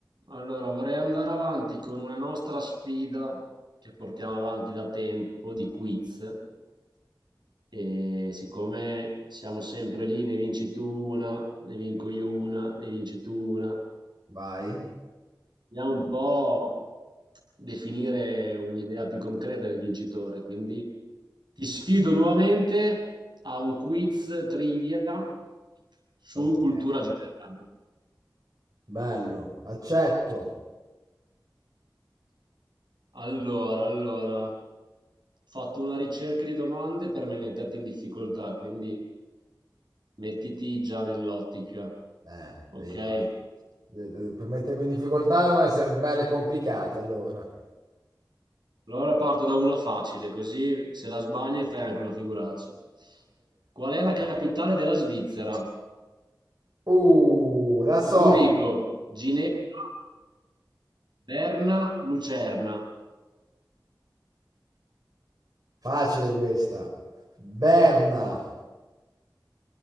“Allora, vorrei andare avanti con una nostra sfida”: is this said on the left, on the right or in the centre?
Right